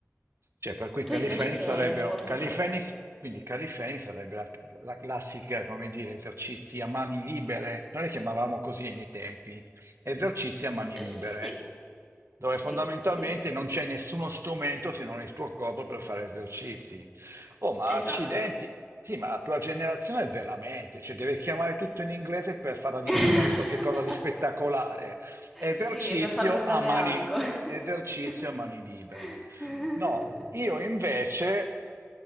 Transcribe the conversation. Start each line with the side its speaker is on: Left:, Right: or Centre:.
Right: Cioè, per cui
Centre: Tu
Right: Califenix
Centre: invece che
Right: sarebbero,
Centre: sport
Right: Califenix,
Centre: fai?
Right: quindi Califenix sarebbe la, la classica, come dire, esercizi a mani libere. Noi le chiamavamo così ai miei tempi, esercizi a mani
Centre: Eh,
Right: libere,
Centre: sì,
Right: dove
Centre: sì,
Right: fondamentalmente
Centre: sì,
Right: non c'è nessuno strumento se non il tuo corpo per fare esercizi. Oh, ma
Centre: esatto,
Right: accidenti!
Centre: sì.
Right: Sì, ma la tua generazione è veramente, cioè deve chiamare tutto in inglese per farla diventare
Centre: <laughs>
Right: qualcosa di spettacolare. Esercizio
Centre: Sì, per farlo sembrare
Right: a mani,
Centre: aulico.
Right: esercizio
Centre: <laughs>
Right: a mani libere. No, io invece,